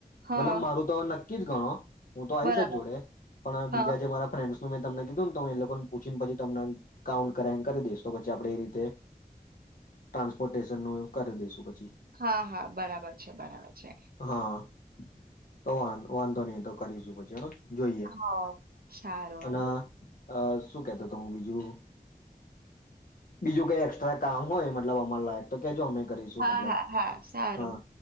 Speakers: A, on the right; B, on the left.
A: હા
B: મતલબ મારું તો હવે નક્ ક્કી જ ગણો. હું તો આઈશ
A: બરાબર
B: જ જોડે પણ
A: હા
B: બીજા જે મારા ફ્રેન્ડ્સ તો મેં તમને કીધું ને તો એ લોકોને પૂછીને પછી તમને કાઉન્ટ કરાઈને કરી દઈશ તો પછી આપડે એ રીતે ટ્રાન્સપોર્ટેશનનું કરી દેશું પ
A: હા હા બરાબર છે બરાબર છે.
B: હા તો વા વાંધો નહી તો કરીશું પછી હન જોઈએ
A: હા સારું
B: અન અ શું કેતો તો હું બીજું, બીજું કઈ એક્સ્ટ્રા કામ હોય મતલબ અમાર લાયક તો કેજો અમે કરીશું
A: હા
B: મતલબ
A: હા હા સારું
B: હા